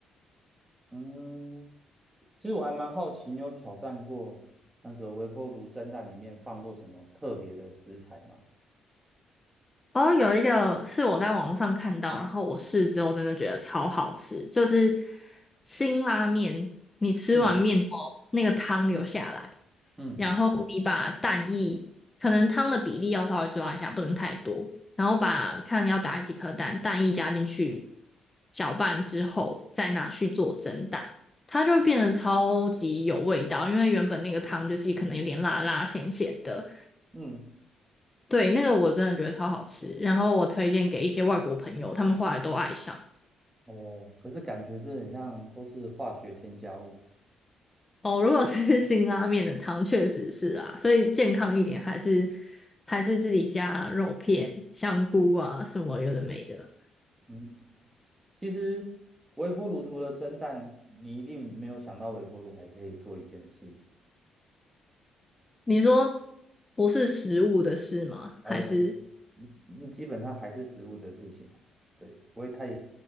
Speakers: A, on the right; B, on the left.
A: 嗯，其实我还蛮好奇，你有挑战过那个微波炉蒸蛋里面放过什么特别的食材吗？
B: 哦，有一个是我在网络上看到，然后我试之后真的觉得超好吃，就是辛拉面，你吃完面之后，
A: 嗯
B: 那个汤留下来，
A: 嗯
B: 然后你把蛋液，可能汤的比例要稍微抓一下，不能太多，然后把看要打几颗蛋，蛋液加进去，搅拌之后再拿去做蒸蛋，它就会变得超级有味道，因为原本那个汤就是可能有点辣辣咸咸的。
A: 嗯，
B: 对，那个我真的觉得超好吃，然后我推荐给一些外国朋友，他们后来都爱上。
A: 哦，可是感觉这很像都是化学添加物。
B: 哦，如果是 <laughs> 辛拉面的汤，确实是啊，所以健康一点还是还是自己加肉片、香菇啊什么有的没的。
A: 嗯，其实微波炉除了蒸蛋，你一定没有想到微波炉还可以做一件事，
B: 你说不是食物的事吗？
A: 然后呢，
B: 还是
A: 嗯嗯基本上还是食物的事情啊，对，不会太